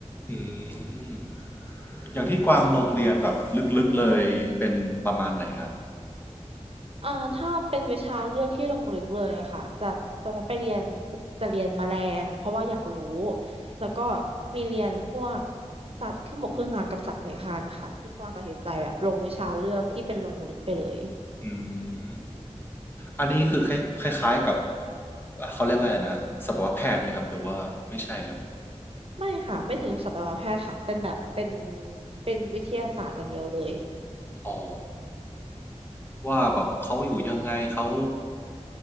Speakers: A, on the left (about 20°); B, on the right (about 55°).
A: อืมอย่างที่กวางโรงเรียนแบบลึกๆเลยเป็นประมาณไหนครับ
B: อ่าถ้าเป็นวิชาเลือกที่ลงลึกเลยอะค่ะจะตอนนั้นไปเรียนจะจะเรียนแมลงเพราะว่าอยากรู้แล้วก็มีเรียนพวกสัตว์ครึ่งบกครึ่งน้ำกับสัตว์เลื้อยคลานค่ะที่กวางตัดสินใจแบบลงวิชาเลือกที่เป็นลงลึกไปเลย
A: อืม อันนี้คือคล้ายๆกับ่เขาเรียกว่าอะไรนะสัตวแพทย์ไหมครับหรือว่าไม่ใช่ครับ
B: ไม่ค่ะไม่ถึงสัตวแพทย์ค่ะเป็นแบบเป็นเป็นวิทยาศาสตร์อย่างเดียวเลย
A: อ๋อว่าแบบเขาอยู่ยังไงเขา